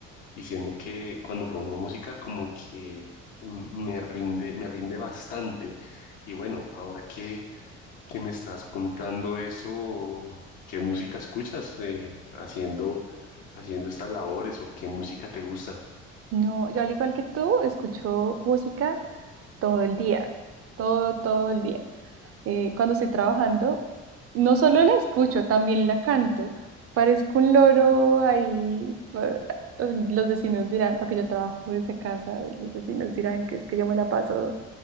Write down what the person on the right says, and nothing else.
No, yo al igual que tú, escucho música todo el día, todo, todo el día. Eh, cuando estoy trabajando, no solo la escucho, también la canto. Parezco un loro ahí. pa- Los vecinos dirán, porque yo trabajo desde casa, los vecinos dirán que es que yo me la paso